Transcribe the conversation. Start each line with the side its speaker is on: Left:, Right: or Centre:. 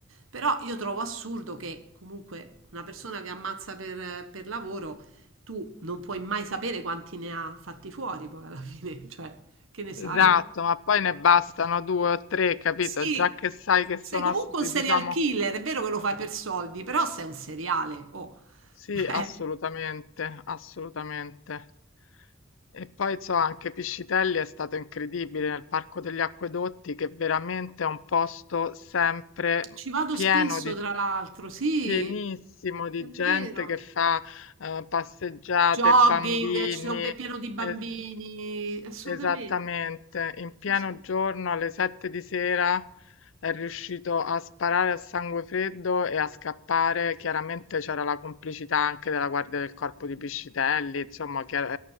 Right: Però io trovo assurdo che comunque una persona che ammazza per, per lavoro, tu non puoi mai sapere quanti ne ha fatti fuori poi alla fine, <laughs> cioè, che ne sai?
Left: Esatto, ma poi ne bastano due o tre, capito?
Right: Sì,
Left: Già che sai che sono,
Right: sei comunque
Left: ass- diciamo,
Right: un serial killer, è vero che lo fai per soldi, però sei un seriale, oh.
Left: sì,
Right: <laughs>
Left: assolutamente,
Right: Eh,
Left: assolutamente. E poi so anche Piscitelli è stato incredibile nel Parco degli Acquedotti, che veramente è un posto sempre
Right: ci vado
Left: pieno
Right: spesso,
Left: di,
Right: tra l'altro, sì,
Left: pienissimo di
Right: è
Left: gente
Right: vero.
Left: che fa eh, passeggiate,
Right: Jogging,
Left: bambini.
Right: ci sono, è pieno di bambini,
Left: eh,
Right: assolutamente.
Left: Esattamente, in pieno
Right: Sì, sì,
Left: giorno alle 7 di sera è riuscito a sparare a sangue freddo e a scappare. Chiaramente c'era la complicità anche della guardia del corpo di Piscitelli, insomma, chiar-